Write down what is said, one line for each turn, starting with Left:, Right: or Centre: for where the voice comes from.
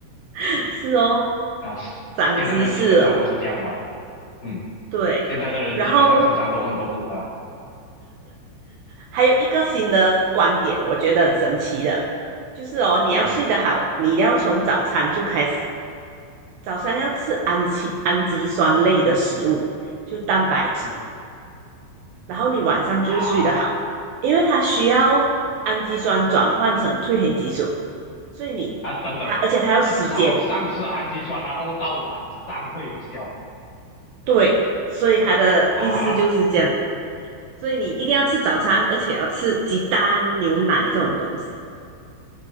Right: <laughs> 是哦，
Left: 啊！
Right: 长知识了我。
Left: 现代人基本上都是这样的啦。嗯，
Right: 对，
Left: 现代的人基本上身上都很多毒的啦。
Right: 然后还有一个新的观点，我觉得很神奇的，就是哦，你要睡得好，
Left: 哦
Right: 你要从早餐就开始，早餐要吃氨基氨基酸类的食物，就蛋白质，然后你晚上就会睡得好，
Left: 啊
Right: 因为它需要氨基酸转换成褪黑激素，所以你它而且它要时间，
Left: 啊，等等，是早上吃氨基酸，然后到晚上会有效
Right: 对，所以它的意思就是这样，
Left: 啊
Right: 所以你一定要吃早餐，而且要吃鸡蛋、牛奶这种东西。